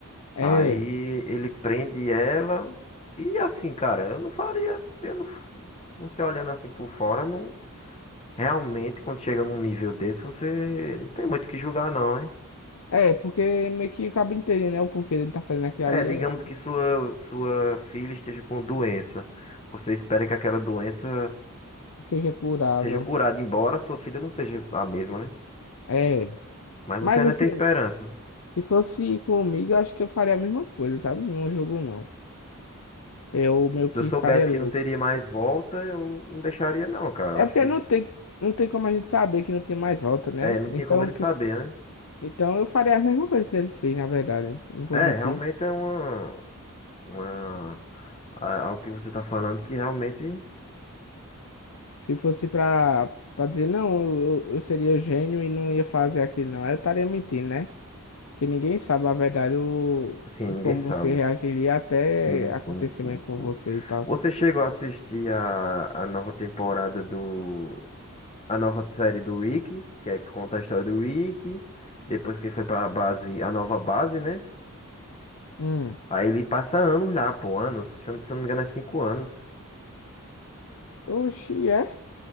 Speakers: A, on the left; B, on the left.
A: É,
B: Aí ele prende ela. E assim, cara, eu não faria. Eu não, você olhando assim por fora, não. Realmente, quando chega num nível desse, você não tem muito o que julgar, não, hein?
A: é, porque meio que acaba entendendo, né, o porquê dele tá fazendo aquilo
B: É,
A: ali,
B: digamos
A: é,
B: que sua, sua filha esteja com doença. Você espera que aquela doença
A: seja curável.
B: seja curada, embora sua filha não seja a mesma, né?
A: É,
B: Mas
A: mas
B: você ainda
A: assim,
B: tem esperança.
A: se fosse comigo, eu acho que eu faria a mesma coisa, sabe? Não jogo não. Eu meio
B: Se
A: que
B: eu soubesse
A: ficaria louco.
B: que não teria mais volta, eu não deixaria, não, cara.
A: É
B: Eu acho
A: porque
B: que isso.
A: não tem, não tem como a gente saber que não tem mais volta, né?
B: É, não
A: Então,
B: tinha como ele
A: que-
B: saber, né?
A: então eu faria a mesma coisa que ele fez, na verdade, não vou
B: É,
A: mentir.
B: realmente é uma. uma, a- algo que você está falando que realmente,
A: Se fosse pra, pra dizer, não, eu, eu eu seria gênio e não ia fazer aquilo, não. Eu estaria mentindo, né? Que ninguém sabe a verdade, o,
B: sim,
A: o
B: ninguém
A: como
B: sabe.
A: você reagiria até
B: Sim, sim,
A: acontecimento
B: sim,
A: com
B: sim.
A: você e tal.
B: Você chegou a assistir a, a nova temporada do, a nova série do Rick, que é que conta a história do Rick, depois que ele foi para a base, a nova base, né?
A: Hum.
B: Aí ele passa anos lá, pô, anos. Se eu, não- se eu não me engano, é cinco anos.
A: Oxi, é?